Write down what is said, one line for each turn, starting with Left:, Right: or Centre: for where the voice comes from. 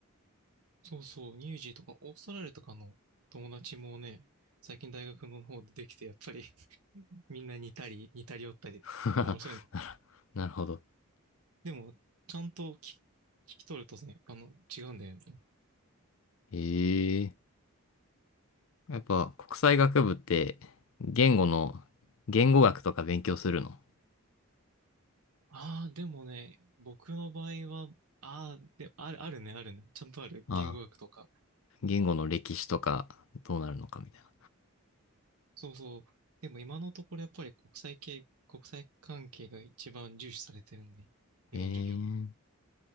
Right: そうそう、ニュージーとかオーストラリアとかの友達もね、最近大学の方でできて、やっぱり <laughs> みんな似たり、似たり寄ったりで面白いね。
Left: <laughs> なるなるほど。
Right: でも、ちゃんと聞き聞き取るとね、あの、違うんだよね。
Left: ええ。やっぱ国際学部って言語の、言語学とか勉強するの
Right: ああ、でもね、僕の場合は、ああ、で、ある、あるね、あるね。ちゃんとある。
Left: ああ、
Right: 言語学とか。
Left: 言語の歴史とかどうなるのかみたいな。
Right: そうそう。でも今のところやっぱり国際系、国際関係が一番重視されてるね。今の授業は。
Left: ええ。